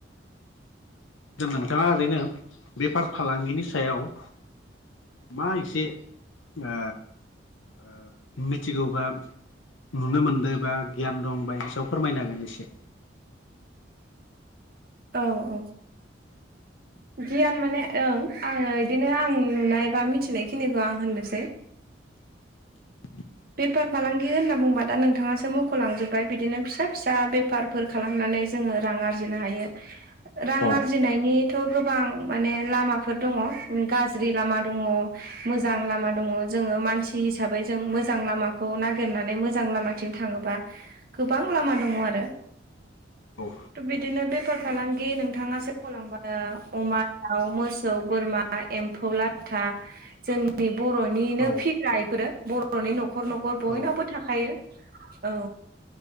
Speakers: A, on the left (about 85°); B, on the right (about 50°).
A: जों नोंथाङा ओरैनो बेफार फालांगिनि सायाव मा एसे ओ ओ मिथिगौबा नुनो मोनदो बा गियान दं बायदि सायाव फोरमायना होगोन एसे?
B: औ औ।
A: <inaudible>
B: गियान माने ओं आङो इदिनो आं नुनाय बा मिथिनाय खिनिखौ आं होननोसै।
A: <inaudible>
B: बेफार फालांगि होनना बुंबा दा नोंथाङासो मख'लांजोब्बाय बिदिनो फिसा फिसा बेफारफोर खालामनानै जोङो रां आरजिनो हायो। रां
A: औ
B: आरजिनायनिथ' गोबां माने लामाफोर दङ उम गाज्रि लामा दङ। मोजां लामा दङ जोङो मानसि हिसाबै जों मोजां लामाखौ नागिरनानै मोजां लामा थिं थाङोबा गोबां लामा दङ आरो।
A: औ
B: थ' बिदिनो बेफार फालांगि नोंथाङासो खलांबा ओ अमा दाउ मोसौ बोरमा एम्फौ लाथा जोंनि बर'निनो
A: औ
B: फिग्रा इफोरो बर'नि न'खर न'ख खर बयनावबो
A: औ
B: थाखायो औ।